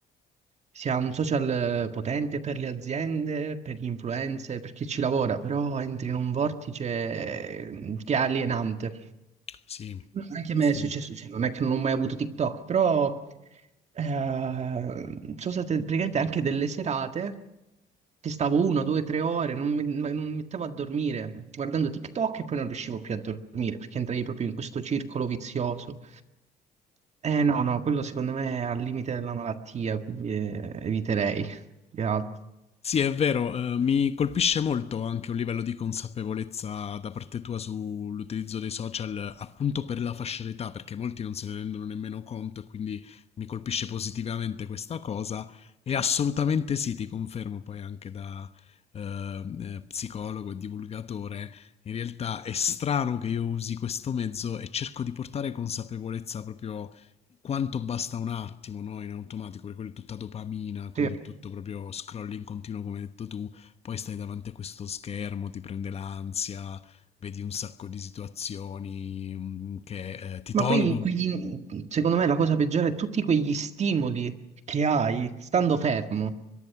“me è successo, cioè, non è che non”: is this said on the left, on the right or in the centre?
Right